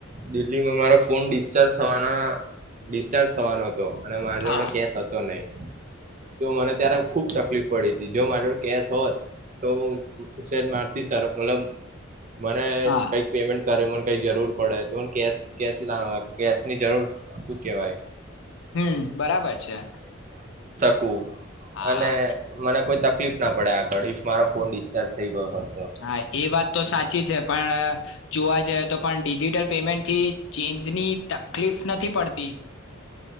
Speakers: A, on the right (about 35°); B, on the left (about 65°).
A: દિલ્હીમાં મારો ફોન ડિસ્ચાર્જ થવાના ડિસ્ચાર્જ થવાનો હતો. અને માર જોડે
B: હા
A: કેસ હતો નહી. તો મને ત્યારે ખૂબ તકલીફ પડી તી. જો મારી જોડે કેસ હોત તો છેન મારથી સાર મતલબ મને
B: હા
A: કંઈક પેમેન્ટ કરે, મને કંઈ જરૂર પડે, તો કેસ, કેસ લા કેશની જરૂર, શું કેવાય
B: હમ, બરાબર છે.
A: કો
B: હા
A: અને મને કોઈ તક કલિપ ના પડે આગળ, ઈફ મારો ફોન ડિસ્ચાર્જ થઈ ગયો હોય.
B: હા, એ વાત તો સાચી છે પણ અહ જોવા જઈએ તો પણ ડિજિટલ પેમેન્ટથી ચેન્જની તકલીફ નથી પડતી.